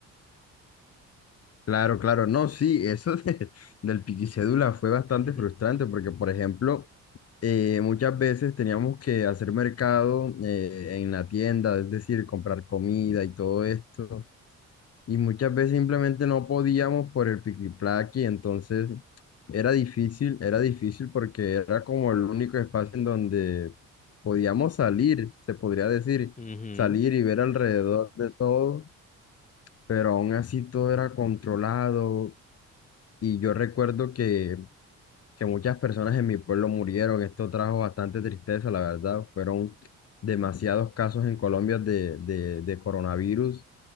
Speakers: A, on the left; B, on the left.
A: claro, claro. No, sí, eso de- <laughs> del piquicédula fue bastante
B: <laughs> Ujú.
A: frustrante porque, por ejemplo, eh, muchas veces teníamos que hacer mercado eh, en la tienda, es decir, comprar comida y todo esto. Y muchas veces simplemente no podíamos por el piquiplaqui, entonces era difícil, era difícil porque era como el único espacio en donde podíamos salir, se podría decir,
B: Ujú.
A: salir y ver alrededor de todo, pero aún así todo era controlado. Y yo recuerdo que que muchas personas en mi pueblo murieron. Esto trajo bastante tristeza, la verdad. Fueron demasiados casos en Colombia de, de, de coronavirus,